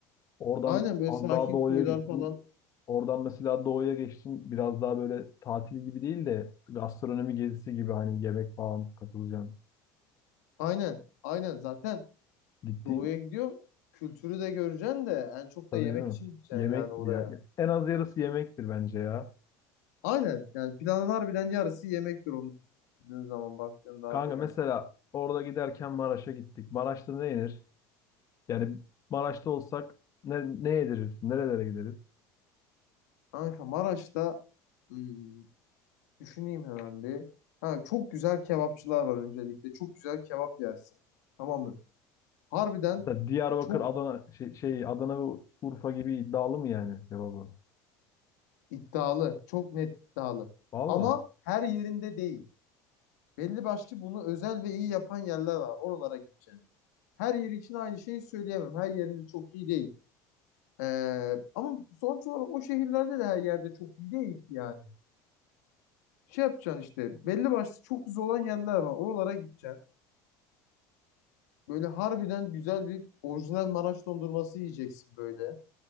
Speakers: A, on the left; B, on the left.
A: Oradan
B: Aynen böyle
A: az
B: sakin
A: daha doğuya
B: koylar
A: gittin.
B: falan.
A: Oradan mesela doğuya geçtin. Biraz daha böyle tatil gibi değil de gastronomi gezisi gibi hani yemek falan katılacaksın.
B: Aynen. Aynen zaten
A: Gittiğin
B: doğuya gidiyor. Kültürü de göreceksin de en çok
A: tabii
B: da yemek
A: canım
B: için gideceksin
A: yemektir
B: yani oraya.
A: ya. En az yarısı yemektir bence ya.
B: Aynen yani planın harbiden yarısı yemektir onun düşündüğün zaman baktığında
A: Kanka
B: harbiden.
A: mesela orada giderken Maraş'a gittik. Maraş'ta ne yenir? Yani Maraş'ta olsak ne, ne yediririz? Nerelere gideriz?
B: Kanka Maraş'ta hmm, düşüneyim hemen bir. Ha, çok güzel kebapçılar var öncelikle. Çok güzel kebap yersin. Tamam mı? Harbiden
A: Mesela Diyarbakır,
B: çok
A: Adana şey, şey Adana ve Urfa gibi iddialı mı yani cevabı?
B: iddialı. Çok net iddialı.
A: Valla.
B: Ama her yerinde değil. Belli başlı bunu özel ve iyi yapan yerler var. Oralara gideceksin. Her yeri için aynı şeyi söyleyemem. Her yerinde çok iyi değil. Ee, ama sonuç olarak o şehirlerde de her yerde çok iyi değil ki yani. Şey yapacaksın işte belli başlı çok güzel olan yerler var. Oralara gideceksin. Böyle harbiden güzel bir orijinal Maraş dondurması yiyeceksin böyle.